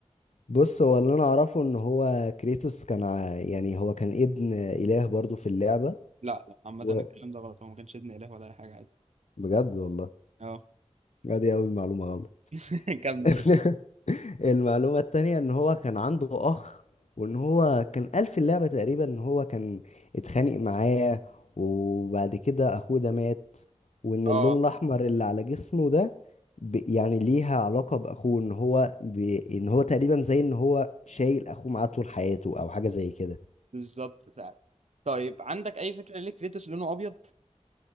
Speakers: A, on the left; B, on the right.
A: بص هو اللي انا اعرفه ان هو كريتوس كان ع- يعني هو كان ابن اله برضو في اللعبة
B: لا لا عامه
A: و...
B: الكلام ده غلط هو ما كانش ابن اله ولا اي حاجه عادي
A: بجد والله
B: اه
A: ادي اول معلومة غلط
B: <laughs> كمل
A: <laughs>
B: كمل
A: المعلومة التانية ان هو كان عنده اخ وان هو كان قال في اللعبة تقريبا ان هو كان اتخانق معاه وبعد كده اخوه ده مات وان
B: اه
A: اللون الاحمر اللي على جسمه ده ب... يعني ليها علاقة باخوه ان هو ب... ان هو تقريبا زي ان هو شايل اخوه معاه طول حياته او حاجة زي كده
B: بالظبط فعلا طيب عندك اي فكره ليه كريتوس لونه ابيض